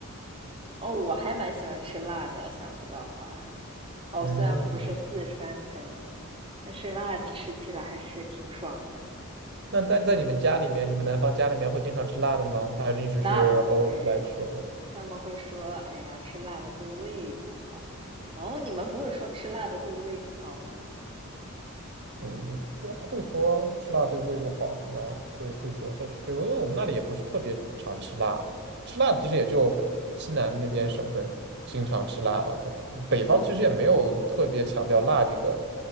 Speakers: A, on the right; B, on the right.
A: 哦，我还蛮喜欢吃辣的，想不到吧？哦，
B: 嗯，
A: 虽然不是四川的，但是辣的吃起来还是挺爽的，
B: 那在在你们家里面，
A: 嘿嘿。
B: 你们南方家里面会经常吃辣的吗？还是一直是偶尔出来吃会？
A: 那不会，他们会说：“哎呀，吃辣的对胃不好。”哦，你们不会说吃辣的对胃不好吗？
B: 嗯，这会说吃辣对胃不好，然后对会说，但是对，因为我们那里也不是特别常吃辣，吃辣其实也就西南那边省份经常吃辣吧，可能北方其实也没有特别强调辣这个